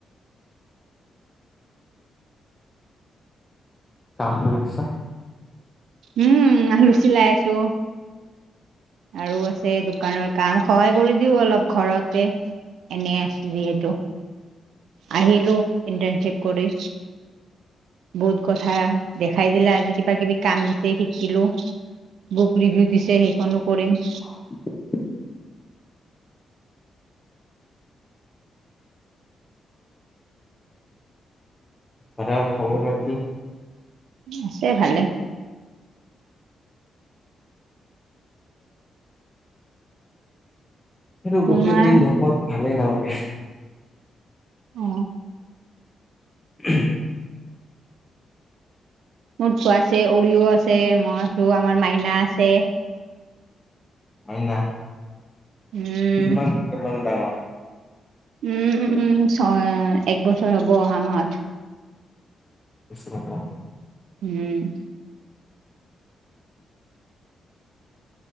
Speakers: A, on the left; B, on the right.
A: কাম কৰি আছা?
B: উম আলু চীলাই আছো। আৰু আছে দোকানৰ কাম, সহায় কৰি দিও অলপ ঘৰতে। এনেই আছো যিহেতু আহিলো ইণ্টাৰনশিপ কৰি। বহুত কথা দেখাই দিলে আজি কিবা - কিবি কাম দিছে শিকিলো। বুক ৰিভিউ দিছে সেইখনো কৰিম।
A: হয় <inaudible> তাতে খবৰ ৰাতি
B: আছে ভালে।
A: সেইটো
B: তোমাৰ
A: গোটেই দিন পত ভালেই নালাগে।
B: অ
A: উহ।
B: মটচু আছে, উৰিও আছে, মই আছোঁ, আমাৰ মাইনা আছে।
A: মাইনা
B: উম
A: কিমান - কিমান ডাঙৰ?
B: উম উম উম ছয় এক বছৰ হ'ব অহা মাহত।
A: এবছৰ হ'ব।
B: উম।